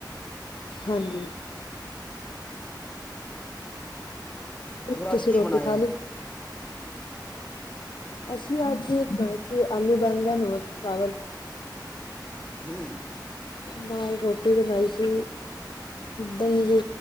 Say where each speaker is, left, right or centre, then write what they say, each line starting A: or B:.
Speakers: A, on the left; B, on the left.
A: ਹਾਂਜੀ।
B: ਹੋਰ
A: ਤੁਸੀਂ
B: ਅੱਜ ਕੀ
A: ਰੋਟੀ
B: ਬਣਾਇਆ।
A: ਖਾ ਲਈ ਅਸੀਂ ਅੱਜ ਬਣਾਏ ਸੀ ਆਲੂ, ਬੈਂਗਣ ਹੋਰ ਚਾਵਲ
B: ਹੂੰ।
A: ਨਾਲ ਰੋਟੀ ਬਣਾਈ ਸੀ, ਦਹੀਂ ਦੀ